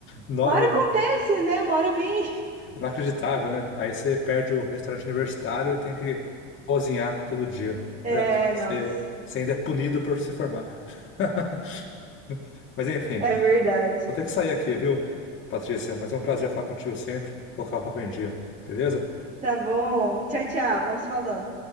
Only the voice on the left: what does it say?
Nove
Inacreditável, né? Aí você perde o restaurante universitário e tem que cozinhar todo dia.
Olha só, você,
você ainda é punido por se formar. <laughs> Mas enfim,
vou ter que sair aqui, viu, Patrícia? Mas é um prazer falar contigo sempre, colocar o papo em dia, beleza?